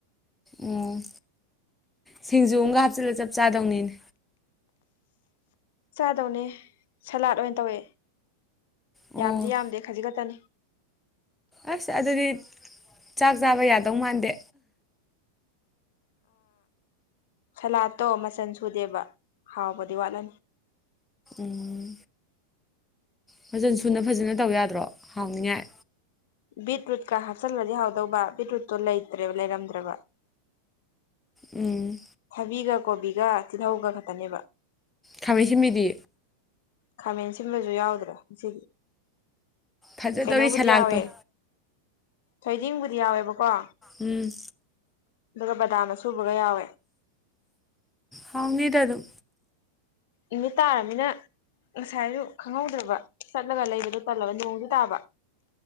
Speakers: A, in the centre; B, on the left.
A: ꯑꯣ ꯁꯤꯡꯖꯨꯒ ꯍꯥꯞꯆꯤꯜꯂ ꯆꯞ ꯆꯥꯗꯧꯅꯤꯅꯦ
B: ꯆꯥꯗꯧꯅꯦ ꯁꯂꯥꯗ ꯑꯣꯏꯅ ꯇꯧꯋꯦ
A: ꯑꯣ
B: ꯌꯥꯝꯗꯤ ꯌꯥꯝꯗꯦ ꯈꯖꯤꯛ ꯈꯛꯇꯅꯤ
A: ꯑꯁ ꯑꯗꯨꯗꯤ ꯆꯥꯛ ꯆꯥꯕ ꯌꯥꯗꯧ ꯃꯥꯟꯗꯦ
B: ꯁꯂꯥꯠꯇꯣ ꯃꯆꯟ ꯁꯨꯗꯦꯕ ꯍꯥꯎꯕꯗꯤ ꯋꯥꯠꯂꯅꯤ
A: ꯎꯝ ꯐꯖꯅ ꯁꯨꯅ ꯐꯖꯅ ꯇꯧ ꯌꯥꯗ꯭ꯔꯣ ꯍꯥꯎꯅꯤꯡꯉꯥꯏ
B: ꯕꯤꯠꯔꯨꯠꯀ ꯍꯥꯞꯆꯜꯂꯗꯤ ꯍꯥꯎꯗꯧꯕ ꯕꯤꯠꯔꯨꯠꯇꯣ ꯂꯩꯇ꯭ꯔꯦꯕ ꯂꯩꯔꯝꯗ꯭ꯔꯕ
A: ꯎꯝ
B: ꯊꯕꯤꯒ ꯀꯣꯕꯤꯒ ꯇꯤꯜꯍꯧꯒ ꯈꯛꯇꯅꯦꯕ
A: ꯊꯥꯃꯩꯁꯤꯃꯤꯗꯤ
B: ꯈꯥꯃꯦꯟ ꯁꯤꯟꯕꯁꯨ ꯌꯥꯎꯗ꯭ꯔꯦ ꯉꯁꯤꯗꯤ
A: ꯐꯖꯗꯧꯔꯤ
B: ꯀꯩꯅꯣꯕꯨꯗꯤ
A: ꯁꯂꯥꯛꯇꯣ
B: ꯌꯥꯎꯋꯦ ꯊꯣꯏꯗꯤꯡꯕꯨꯗꯤ ꯌꯥꯎꯋꯦꯕꯀꯣ
A: ꯎꯝ
B: ꯑꯗꯨꯒ ꯕꯗꯥꯝꯅ ꯁꯨꯕꯒ ꯌꯥꯎꯋꯦ
A: ꯍꯥꯎꯅꯤꯗ ꯑꯗꯨꯝ
B: ꯅꯨꯃꯤꯠ ꯇꯥꯔꯕꯅꯤꯅ ꯉꯁꯥꯏꯁꯨ ꯈꯪꯍꯧꯗ꯭ꯔꯕ ꯆꯠꯂꯒ ꯂꯩꯕꯗꯣ ꯇꯜꯂꯕ ꯅꯣꯡꯗꯤ ꯇꯥꯕ